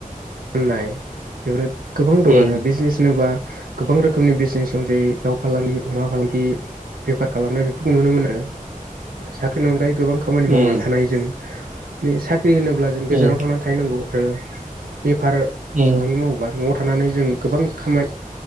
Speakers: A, on the right (about 85°); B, on the right (about 60°).
A: फाननाय बेफोर गोबां दं
B: उम
A: आरो बिजनेस होनोबा गोबां रोखोमनि बिजनेस जेरै' दाउ फालांगि अमा फालांगि बेफार खालामनाय बेफोरखौ नुनो मोनो आरो साख्रिनि अनगायै गोबां खामानि
B: उम
A: मावनानै थानाय जों मे साख्रि होनोब्ला जों गोजानाव
B: उम
A: थांनानै थाहैनांगौ रो बेफार
B: उम
A: फालांगि मावोबा न'आव थानानै जों गोबां खामाय